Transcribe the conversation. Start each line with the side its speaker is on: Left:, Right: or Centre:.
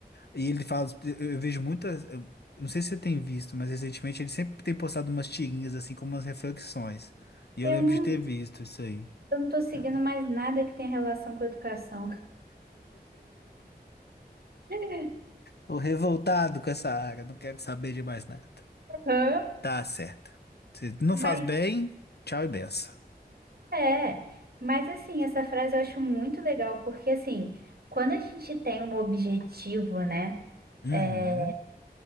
Left: E ele fala, eu eu vejo muitas. eu não sei se você tem visto, mas recentemente ele sempre tem postado umas tirinhas assim, com umas reflexões. E eu
Right: Eu
Left: lembro
Right: não,
Left: de ter visto isso aí.
Right: eu não tô seguindo
Left: É.
Right: mais nada que tenha relação com educação. <laughs>
Left: Tô revoltado com essa área, não quero saber de mais nada.
Right: Hã?
Left: Tá certo. Se não
Right: Mas
Left: faz bem, tchau e benção.
Right: é. Mas assim, essa frase eu acho muito legal, porque assim, quando a gente tem um objetivo, né?
Left: Uhum.
Right: é,